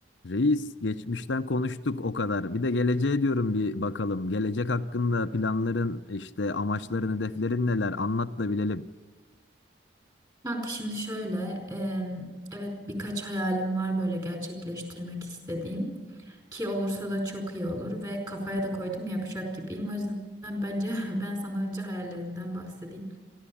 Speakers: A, on the left (about 80°); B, on the right (about 20°).
A: Reis geçmişten konuştuk o kadar. Bir de geleceğe diyorum bir bakalım. Gelecek hakkında planların, işte amaçların, hedeflerin neler? Anlat da bilelim.
B: Kanka şimdi şöyle, em, evet birkaç hayalim var böyle gerçekleştirmek istediğim ki olursa da çok iyi olur ve kafaya da koydum yapacak gibiyim. O yüzden bence <laughs> ben sana önce hayallerimden bahsedeyim.